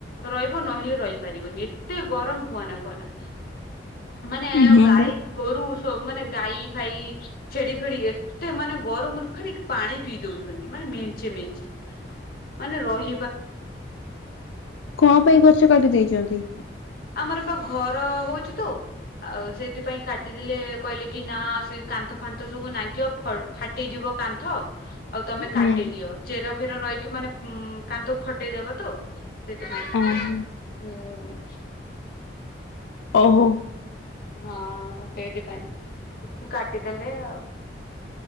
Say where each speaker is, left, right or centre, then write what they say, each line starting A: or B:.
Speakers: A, on the left (about 50°); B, on the left (about 90°).
A: ରହିବ ନଲେ ରହିପାରିବନି ଏତେ ଗରମ କୁହନା କୁହନା ମାନେ
B: ହଁ
A: ଗାଈ
B: ବା
A: ଗୋରୁ ସବ ମାନେ ଗାଈ ଖାଇ ଛେଡି ଫେଡି ଏତେ ମାନେ ଗରମରୁ ଖାଲି ପାଣି ପିଇ ଦଉଛନ୍ତି ମାନେ ମେଞ୍ଚେ ମେଞ୍ଚେ ମାନେ ରହ
B: କଣ ପାଇଁ ଗଛ କାଟି ଦେଇଛନ୍ତି
A: ଆମର ଏ ପା ଘର ହଉଛି ତ ଆଉ ସେଇଥିପାଇଁ କାଟିଦେଲେ କହିଲେ କି ନା ସେ କାନ୍ଥ ଫାନ୍ଥ ସବୁ ନାଗିବ ଫାଟିଯିବ କାନ୍ଥ ଆଉ ତମେ
B: ହୁଁ
A: କାଟିଦିଅ ଚେର ଫେର ରହିକି ମାନେ କାନ୍ଧକୁ ଫଟେଇଦବ ତ ସେଇଥିପାଇଁ
B: ଓହୋ
A: ହୁଁ।
B: ଓହ
A: ହଁ ସେଇଥିପାଇଁ କାଟିଦେଲେ ଆଉ।